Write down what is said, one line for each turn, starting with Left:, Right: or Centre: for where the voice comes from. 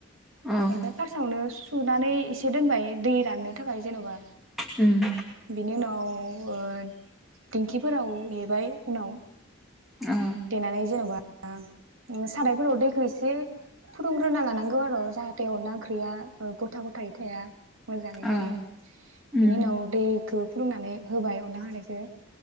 Centre: औ
Right: ओमफ्राय फार्सआवनो सुनानै एसे दोनबाय दै राननो थाखाय जेनबा
Centre: उम
Right: बेनि उनाव- अ दिंखिफोराव देबाय उनाव
Centre: औ
Right: देनानै जेनबा <unintelligible> साराय फोराव दैखौ एसे फुदुंग्रोना लानांगौ आरो जाहाथे अनला ओंख्रिया गथा-गथायै थाया मोजाङै
Centre: औ
Right: जायो
Centre: उम
Right: बिनि उनाव दै खौ फोदुंनानै होबाय अनला खारैखो।